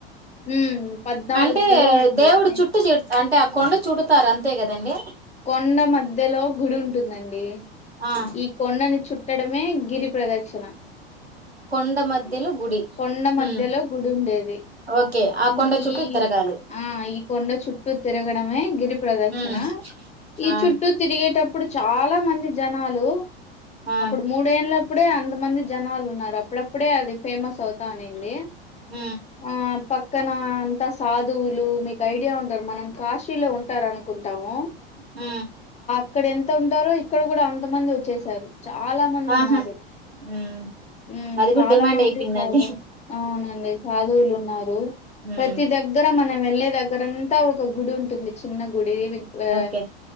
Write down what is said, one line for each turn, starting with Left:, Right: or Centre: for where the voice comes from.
Left: ఉమ్ పద్నాలుగు
Right: అంటే
Left: కిలోమీటర్
Right: దేవుడు
Left: అండి
Right: చుట్టూ చే అంటే ఆ కొండ చుడుతారు అంతే కదండి
Left: కొండ మధ్యలో గుడి ఉంటుందండి ఎమ్
Right: ఆ
Left: ఈ కొన్నని చుట్ట ఎట్టడమే గిరి ప్రదక్షిణ
Right: కొండ మధ్యలో గుడి
Left: కొండ
Right: హ్మ్
Left: మధ్యలో గుడి ఉండేది
Right: ఓకే ఆ
Left: ఈ
Right: కొండ చుట్టూ
Left: ఈ
Right: తిరగాలి
Left: ఆ ఈ కొండ చుట్టూ తిరగడమే గిరి ప్రదక్షిణ
Right: హ్మ్
Left: ఈ
Right: ఆ
Left: చుట్టూ తిరిగి ఎక్కేటప్పుడు చాలా మంది జనాలు
Right: ఆ
Left: అప్పుడు మూడేండ్ల అప్పుడే అంతమంది జనాలు ఉన్నారు అప్పుడప్పుడే అది ఫేమస్ అవుతానింది
Right: ఊ
Left: ఆ పక్కన అంతా సాధువులు మీకు ఐడియా ఉంటారు మనం కాశీలో ఉంటారు అనుకుంటాము
Right: ఊ
Left: ఇక్కడ ఎంత ఉంటారో ఇక్కడ కూడా అంతమంది వచ్చేసారు చాలా మంది
Right: ఆహా
Left: ఉన్నారు
Right: హ్మ్
Left: ఊ
Right: అది కూడా
Left: చాలా
Right: డిమాండ్
Left: మంది
Right: అయిపోయిందండి
Left: సాదువు అవును ముందే సాధువులున్నారు
Right: హ్మ్
Left: ప్రతి దగ్గర మన వెళ్ళే దగ్గరంతా ఒక గుడి ఉంటుంది చిన్న గుడి దీవిగ్వ
Right: ఓకే